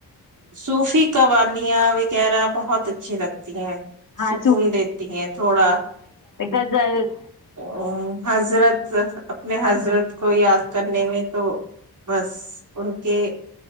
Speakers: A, on the right; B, on the left.
A: سوفی قوالیا وغیرہ بہت اچھے لگتے تی ہیں
B: ہاں
A: سکون دیتی ہیں تھوڑا
B: گزل
A: ا حضرت اپنے حضرت
B: حضر
A: کو یاد کرنے میں تو بس ان کے